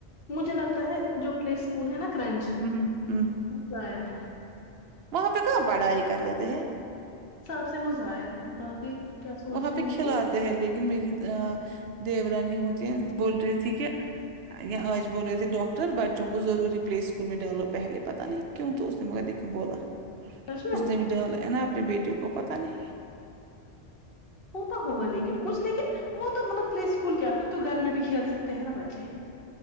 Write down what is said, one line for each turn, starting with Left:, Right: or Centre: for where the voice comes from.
Left: مجھے لگتا ہے جو پلیث اسکول ہے نا کرنچ
Right: ہوں ہوں
Left: مز آیا ہے
Right: وہاں پہ کہاں پڑھائی کر دیے ہیں
Left: ساب سے وہ ضائع ہے باقی کیا سوچ
Right: وہاں
Left: رہے
Right: پہ
Left: ہوں
Right: کھلاتے
Left: گے
Right: ہیں لیکن میری دیورانی ہوتی ہے بول رہی تھی کہ یا آج بول رہے تھے ڈاکر بچوں کو ضروری پلیس اسکول میں ڈالو پہلے پتہ نہیں کیوں تو اس نے مگر دیکھنے بولا
Left: سچ میں
Right: اس نے بھی ڈالا ہے نا اپنے بیٹے کو پتا نہیں
Left: ہوتا ہوگا لیکن کچھ لیکن وہ تو مطلب پلے اسکول کیا پھر تو گھر میں بھی کھیل سکتے ہیں نا بچے